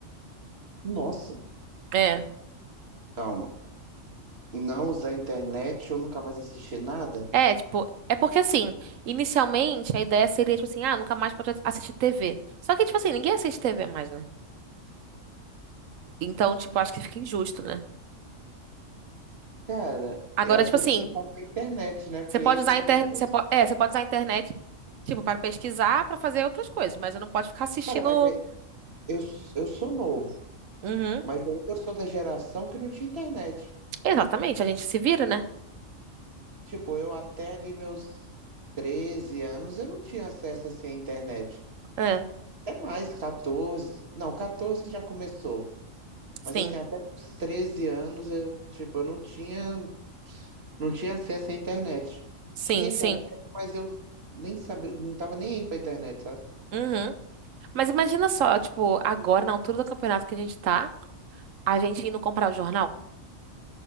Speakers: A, on the right (about 50°); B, on the right (about 80°).
A: Nossa,
B: É.
A: calma. Não usar internet, eu nunca mais assisti nada?
B: É, tipo, é porque assim, inicialmente a ideia seria, tipo assim, ah, nunca mais pode assistir TV. Só que, tipo assim, ninguém assiste TV mais, né? Então, tipo, acho que fica injusto, né?
A: Cara,
B: Agora,
A: eu acho
B: tipo
A: que
B: assim,
A: eu preciso ficar sem internet, né? Porque
B: você pode
A: aí, pelo
B: usar a internet,
A: menos.
B: você po- é, você pode usar a internet, tipo, para pesquisar, para fazer outras coisas, mas você não pode ficar assistindo.
A: Cara, mas é, eu, eu sou novo,
B: Uhum.
A: mas ainda eu sou da geração que não tinha internet.
B: Exatamente, a gente se vira, né?
A: Tipo, eu até ali meus 13 anos, eu não tinha acesso assim à internet.
B: É,
A: Até mais, 14? Não, 14 já começou.
B: sim,
A: Mas assim, até os 13 anos, eu, tipo, eu não tinha, não tinha acesso à internet.
B: sim,
A: Tinha internet,
B: sim.
A: mas eu nem sabia, não tava nem aí pra internet, sabe?
B: Uhum. Mas imagina só, tipo, agora, na altura do campeonato que a gente tá, a gente indo comprar o jornal.